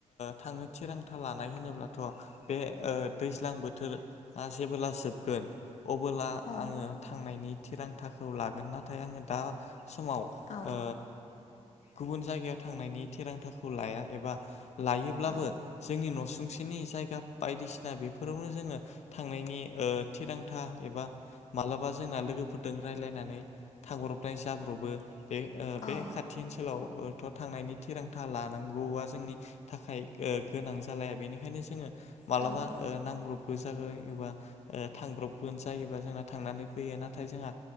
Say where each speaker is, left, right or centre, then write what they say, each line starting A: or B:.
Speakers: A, on the left; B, on the left.
A: थांनो थिरांथा लानाय होनोब्लाथ' बे दैज्लां बोथोरआ जेबोला जोबगोन अबोला
B: औ
A: आङो थांनायनि थिरांथाखौ लागोन नाथाय आङो दा समाव
B: औ
A: ओ गुबुन जायगायाव थांनायनि थिरांथाखौ खौ लाया एबा लायोब्लाबो
B: औ
A: जोंनि न'सुंसेनि जायगा बायदिसिना बेफोरावनो जोङो थांनायनि ओ थिरांथा एबा मालाबा जोंना लोगोफोरदों रायलायनानै थांब्रबनाय जाब्र'बो बे
B: औ
A: बे खाथि ओनसोलावथ' थांनायनि थिरांथा लाद थानांगौआ जोंनि थाखाय ओ गोनां जालाया बेनिखायनो जोङो माबलाबा
B: औ
A: ओ नांब्रबखो यो एबा थांब्रबगोन जायोबा जोंना थांनानै फैयो नाथाय जोंहा